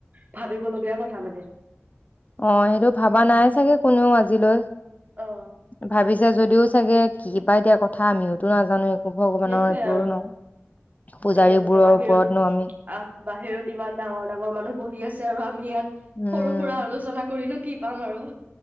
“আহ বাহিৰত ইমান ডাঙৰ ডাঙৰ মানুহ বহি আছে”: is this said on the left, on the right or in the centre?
Right